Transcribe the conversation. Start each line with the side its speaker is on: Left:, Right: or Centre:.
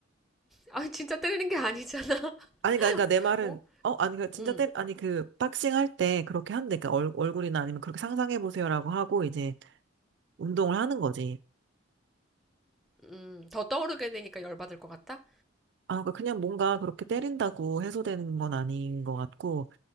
Centre: 아니, 진짜 때리는 게 아니잖아. <laughs>
Right: 아니, 그러니까 그러니까 내 말은,
Centre: 어?
Right: 어, 아니, 그 진짜
Centre: 음,
Right: 때, 아니, 그 복싱 할 때 그렇게 한대. 그러니까 얼, 얼굴이나 아니면 그렇게 상상해보세요라고 하고 이제 운동을 하는 거지.
Centre: 음, 더 떠오르게 되니까 열받을 것 같다?
Right: 아, 그러니까 그냥 뭔가 그렇게 때린다고 해소되는 건 아닌 것 같고,